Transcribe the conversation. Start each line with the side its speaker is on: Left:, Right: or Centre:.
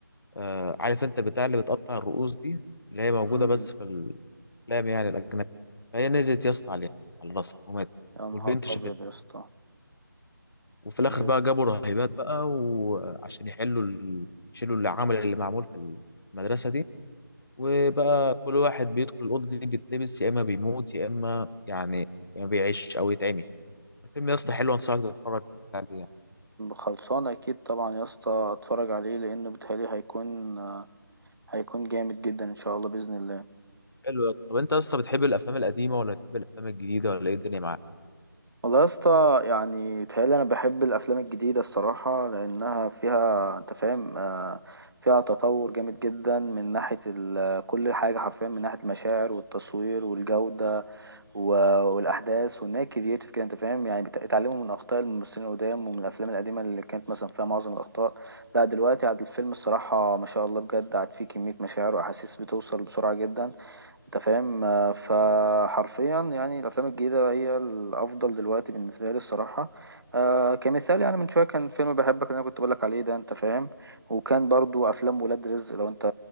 Left: آه، عارف انت البتاع اللي بتقطع الرؤوس دي اللي هي موجوده
Right: امم
Left: بس في الافلام يعني الاجنبي فهي نزلت يا اسطى عليها على الرصيف وماتت
Right: يا نهار
Left: والبنت شافتها
Right: ابيض يا اسطى
Left: وفي الاخر
Right: بجد
Left: بقى جابوا رهيبات بقى وعشان يحلوا ال- يشيلوا العمل اللي معمول في المدرسه دي وبقى كل واحد بيدخل الاوضه دي بيتلبس يا اما بيموت يا اما يعني ما بيعيش او يتعمي الفيلم يا اسطى حلو انصحك تتفرج عليه يعني.
Right: خلصان اكيد طبعا يا اسطى اتفرج عليه لانه بيتهيألي هيكون هيكون جامد جدا ان شاء الله باذن الله
Left: حلو يا اسطى طب انت يا اسطى بتحب الافلام القديمه ولا بتحب الافلام الجديده ولا ايه الدنيا معاك
Right: والله يا اسطى يعني بيتهيألي أنا بحب الأفلام الجديدة الصراحة لأنها فيها أنت فاهم آه، فيها تطور جامد جدا من ناحية ال- كل حاجة حرفيا من ناحية المشاعر والتصوير والجودة و- والأحداث وإن هي كرييتيف كده أنت فاهم يعني بت- اتعلموا من أخطاء الممثلين القدام ومن الأفلام القديمة اللي كانت مثلا فيها معظم الأخطاء لا دلوقتي عاد الفيلم الصراحة ما شاء الله بجد عاد فيه كمية مشاعر وأحاسيس بتوصل بسرعة جدا انت فاهم آه، فحرفيا يعني الافلام الجديده هي الافضل دلوقتي بالنسبه لي الصراحه آه، كمثال يعني من شويه كان فيلم بحبك اللي انا كنت بقولك عليه ده انت فاهم وكان برضو افلام ولاد رزق لو انت